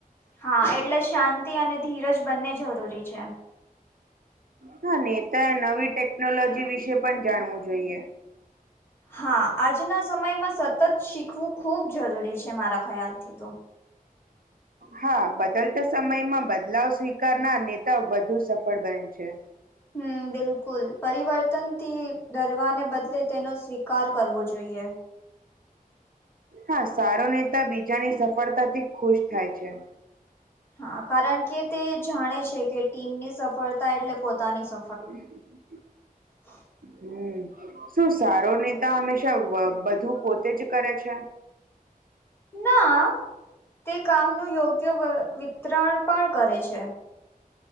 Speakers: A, on the left (about 15°); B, on the right (about 70°).
A: હા, એટલે શાંતિ અને ધીરજ બંને જરૂરી છે.
B: હા નેતાએ નવી ટેકનોલોજી વિશે પણ જાણવું જોઈએ.
A: હા, આજના સમયમાં સતત શીખવું ખૂબ જરૂરી છે મારા ખ્યાલથી તો. <inaudible>
B: હા, બદલતા સમયમાં બદલાવ સ્વીકારનાર નેતા વધુ સફળ બને છે.
A: હમ્મ, બિલકુલ પરિવર્તનથી ડરવાને બદલે તેનો સ્વીકાર કરવો જોઈએ.
B: હા, સારો નેતા બીજાની સફળતાથી ખુશ થાય છે.
A: હા, કારણ કે તે જાણે છે કે ટીમની સફળતા એટલે પોતાની સ
B: <inaudible>
A: <inaudible>
B: હમ્મ, શું સારો નેતા હંમેશા બધું પોતે જ કરે છે?
A: ના, તે કામનું યોગ્ય વિતરણ પણ કરે છે.